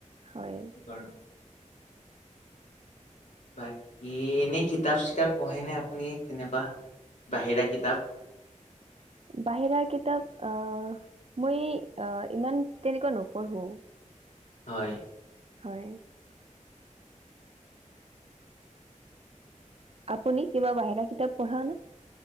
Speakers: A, on the right (about 50°); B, on the left (about 65°).
A: হয়
B: গৰম বাকী এনে কিতাপ চিতাপ পঢ়েনে আপুনি তেনেকোৱা। বাহিৰা কিতাপ।
A: বাহিৰা কিতাপ অহ, মই অহ ইমান তেনেকোৱা নপঢ়ো।
B: হয়।
A: হয়। আপুনি কিবা বাহিৰা কিতাপ পঢ়া নে।